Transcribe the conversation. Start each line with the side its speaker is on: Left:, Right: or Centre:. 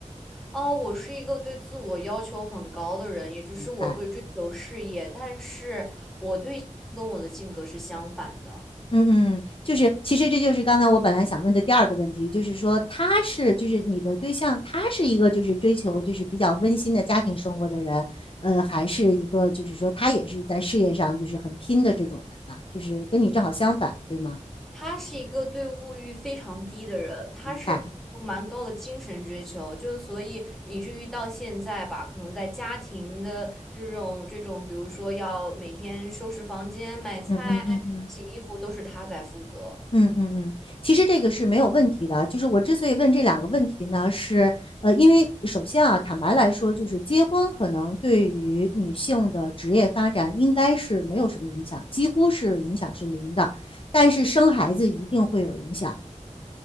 Centre: 哦，我是一个对自我要求很高的人，也就是我会追求事业，
Left: 明白？
Centre: 但是我对跟我的性格是相反的。
Left: 嗯嗯，就是其实这就是刚才我本来想问的第二个问题，就是说他是就是你的对象，他是一个就是追求就是比较温馨的家庭生活的人，呃，还是一个就是说他也是在事业上就是很拼的这种人呢？就是跟你正好相反，对吗？
Centre: 他是一个对物欲非常低的人，他是有蛮高的精神追求，
Left: 明白。
Centre: 就是所以以至于到现在吧，可能在家庭的这种这种，比如说要每天收拾房间、买菜、
Left: 嗯嗯嗯嗯。
Centre: 洗衣服，都是他在负责。
Left: 嗯嗯嗯，其实这个是没有问题的。就是我之所以问这两个问题呢，是呃，因为首先啊，坦白来说，就是结婚可能对于女性的职业发展应该是没有什么影响，几乎是影响是零的。但是生孩子一定会有影响。